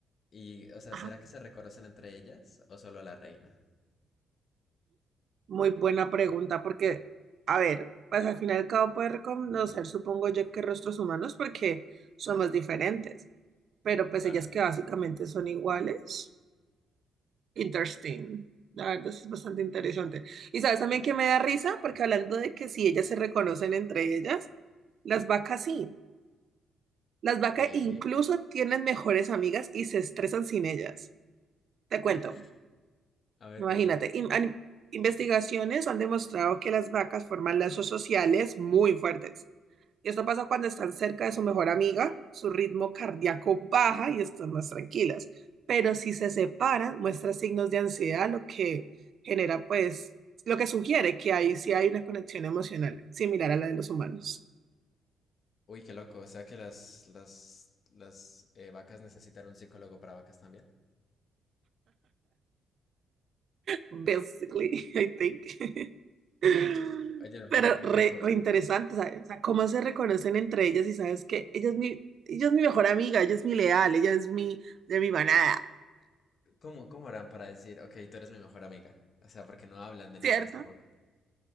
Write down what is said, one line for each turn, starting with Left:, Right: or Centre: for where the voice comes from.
Left: Y, o sea,
Right: ajá.
Left: ¿será que se reconocen entre ellas o solo a la reina?
Right: Muy buena pregunta, porque, a ver, pues al final y al cabo puede reconocer, supongo yo, que rostros humanos porque somos diferentes, pero pues
Left: Claro.
Right: ellas que básicamente son iguales. Interesting. La verdad sí es bastante interesante. Y sabes también que me da risa, porque hablando de que si ellas se reconocen entre ellas, las vacas sí. Las vacas
Left: ¿Qué?
Right: incluso tienen mejores amigas y se estresan sin ellas. Te cuento,
Left: <laughs> A ver,
Right: imagínate.
Left: cuéntame.
Right: in- an- investigaciones han demostrado que las vacas forman lazos sociales muy fuertes. Esto pasa cuando están cerca de su mejor amiga, su ritmo cardíaco baja y están más tranquilas. Pero si se separan, muestra signos de ansiedad, lo que genera, pues, lo que sugiere que ahí sí hay una conexión emocional similar a la de los humanos.
Left: Uy, qué loco. O sea que las, las, las eh, vacas necesitan un psicólogo para vacas también.
Right: Basically, I think. <laughs>
Left: Uy, oye, no, pero
Right: Pero
Left: qué
Right: re,
Left: loco.
Right: re interesante, ¿sabes? O sea, cómo se reconocen entre ellas y sabes que ella es mi, ella es mi mejor amiga, ella es mi leal, ella es mi, de mi manada,
Left: ¿Cómo, cómo harán para decir, ok, tú eres mi mejor amiga? O sea, porque no hablan de nada,
Right: ¿cierto?
Left: supongo.